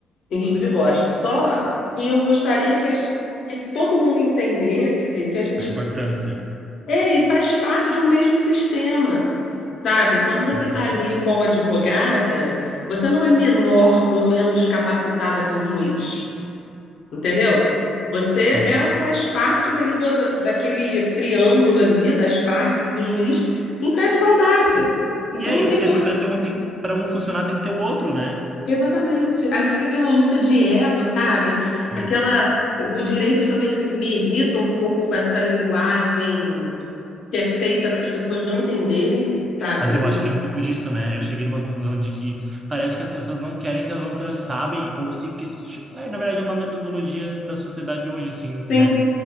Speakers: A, on the left (about 65°); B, on the right (about 25°).
A: Inclusive, gosto. Só que eu gostaria que, as- que todo mundo entendesse que a gente
B: a importância.
A: é, e faz parte de um mesmo sistema, sabe? Quando você
B: Sim.
A: está ali como advogada, você não é menor ou menos capacitada que um juiz, entendeu? Você
B: Sim.
A: é, faz parte dali do, do- daquele triângulo ali, das partes e do juiz, em pé de igualdade. Então
B: E é aí,
A: não tem
B: porque
A: por...
B: assim, para ter um tem, para um funcionar tem que ter o outro, né?
A: Exatamente. Aí fica aquela luta de ego, sabe?
B: Sim.
A: Aquela... O direito também me irrita um pouco com essa linguagem que é feita para as pessoas não entenderem, sabe?
B: Mas eu
A: Isso.
B: acho que é um pouco disso, né? Eu cheguei numa conclusão de que parece que as pessoas não querem que as outras sabem ou se questionem. É, na verdade, é uma metodologia da sociedade hoje, assim,
A: Sim,
B: né?